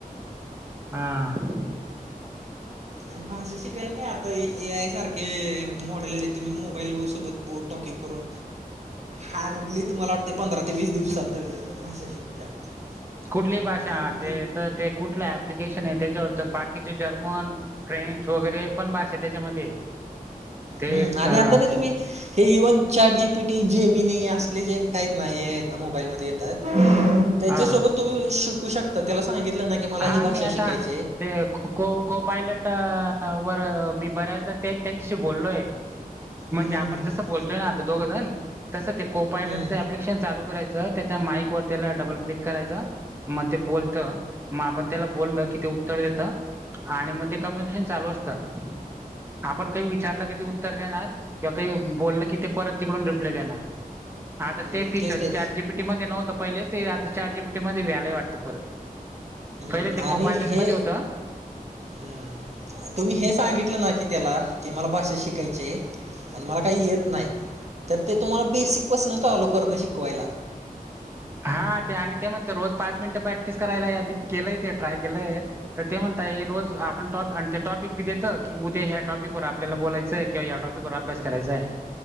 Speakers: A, on the right; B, on the right.
A: हा
B: आणि भाषा शिकायला काय आता ए आय सारखे मॉडेल आले तुम्ही मोबाईल व सोबत ब टॉकिंग करून हार्डली तुम्हाला वाटते पंधरा ते वीस दिवसात भाषा शिकू शकता
A: कुठली भाषा
B: म्हणजे कुठली
A: ते तर ते कुठ प्लिकेशन आहे त्याच्यावर बाकीचे जर्मन फ्रेंच वगैर पण भाषेत त्याच्यामध्ये ते
B: हम्म आणि
A: अ
B: आता नाही तुम्ही हे even chat G P T Gemini नाही असले जे आहेत नाही आहेत. मोबाईल येतात त्याच्यासोबत
A: हा
B: तुम्ही शिकू शकता. आ त्याला सांगितलं ना की मला
A: हा
B: ही
A: मी
B: भाषा
A: आता
B: शिकायची आहे
A: ते खो खो को पायलट वर मी बऱ्याचदा त्यांच्याशी बोललोय म्हणजे
B: हम्म
A: आपण
B: हम्म
A: जसं
B: हम्म
A: बोलतोय ना आता दोघ जण तसं ते कोपायलटचं
B: हम्म
A: अप्लिकेशन लू करायचं त्याच्या माईक वर त्याला डबल क्लिक करायचं मग ते बोलत मग आपण त्याला बोलल की ते उतर देत आणि मग ते कम्युनिकेशन चालू असतं आपण काही विचारलं की ते उत्तर देणार किंवा काही बोलल की ते परत तिकडून रिप्लाय देणार आता
B: हम्म
A: ते फीचर
B: तेच तेच
A: चारजीबी मध्ये नव्हं पहिले ते आता चारजी पीटी मध्ये व्यायलाय वाटतं परत
B: हम्म
A: पहिले ते को
B: आणि
A: पायलट
B: हे
A: मध्ये होतं
B: हम्म तुम्ही हे सांगितलं ना कि त्याला कि मला भाषा शिकायची आणि मला काही येत नाही तर ते तुम्हाला बेसिकपसन चालो करतं शिकवायला
A: हा ते आणि ते म्हणत रोज पाच मिनिटं प्रॅक्टिस करायला या केलंय ते ट्राय केलंय तर ते म्हणता रोज आप ण आणि त्या टॉपिक बी देतं की उद्या ह्या टॉपिक वर आपल्याला बोलायचंय किंवा या टॉपिक वर अभ्यास करायचांय